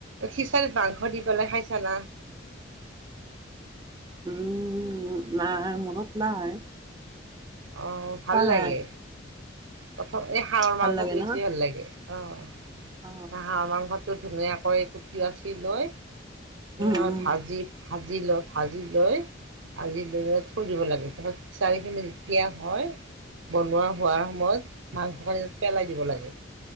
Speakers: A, on the right; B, on the right.
A: খিচাৰিত মাংস দি পেলাই খাইছ না।
B: উম নাই মনত নাই।
A: অ' ভাল
B: খোৱা নাই
A: লাগে প্ৰথম এই হাঁহৰ
B: ভাল
A: মাংসটো
B: লাগে
A: বেছি
B: ন
A: ভাল লাগে অঁ
B: অ
A: হ হাঁহ মাংসটো ধুনীয়াকৈ কুটি আচি লৈ
B: উম
A: আৰু ভাজি
B: উম
A: ভাজি লৈ ভাজি লৈ ভাজি লৈ থৈ দিব লাগে তাৰপত চাৰিখিনি। সেয়া হয় বনোৱা হোৱাৰ সময়ত মাংসখিনি তাত পেলাই দিব লাগে